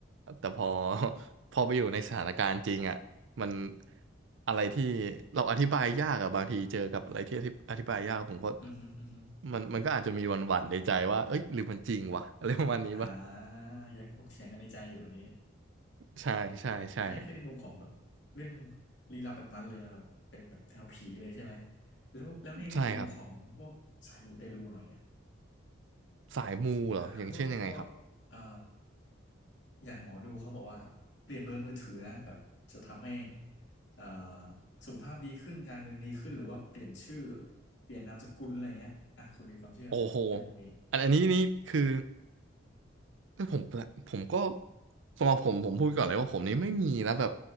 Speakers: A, on the right; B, on the left.
A: แต่พอ <laughs> พอไปอยู่ในสถานการณ์จริงอ่ะมันอะไรที่เราอธิบายยากอะบางทีเจอกับอะไรที่อธิอธิบายยากผมก็
B: อือฮึอือฮึ
A: มันมันก็อาจจะมีหวั่นๆในใจว่าเอ้ยหรือมันจริงวะอะไรประมาณนี้ปะ
B: อ่ายังถกเถียงกันในใจอยู่อันนี้
A: ใช่ใช่ใช่
B: อันนั้นคือในมุมของแบบเรื่องลี้ลับแบบนั้นเลยนะแบบเป็นแบบแนวผีเลยใช่ไหมแล้วแล้วในมุมของพวกสายมูเตลูหน่อยอะ
A: ใช่ครับสายมูเหรออย่างเช่นยังไงครับ
B: อ่าพวกพวกเอ่ออย่างหมอดูเขาบอกว่าเปลี่ยนเบอร์มือถือนะแบบจะทำให้เอ่อสุขภาพดีขึ้นการเงินดีขึ้นหรือว่าเปลี่ยนชื่อเปลี่ยนนามสกุลอะไรเงี้ยอ่ะคุณมีความเชื่อไหมเรื่องพวกนี้
A: โอ้โหอันอันนี้นี่คือเอ้ยผมผมก็สำหรับผมผมพูดก่อนเลยว่าผมนี่ไม่มีนะแบบ